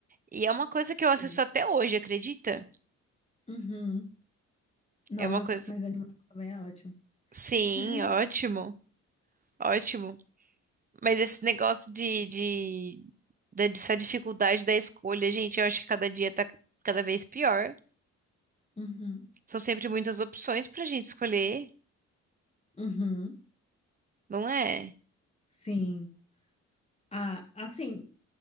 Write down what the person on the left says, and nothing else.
Sim.
Uhum. Nossa,
mas a animação também é ótima.
<laughs>
Uhum.
Uhum.
Sim. Ah, assim.